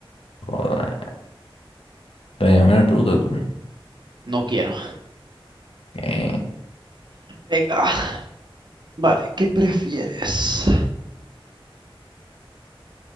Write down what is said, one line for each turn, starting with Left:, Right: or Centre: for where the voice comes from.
Left: Joder, venga, me la pregunta tú.
Right: No quiero.
Left: ¿Qué?
Right: Venga. Vale, ¿qué prefieres?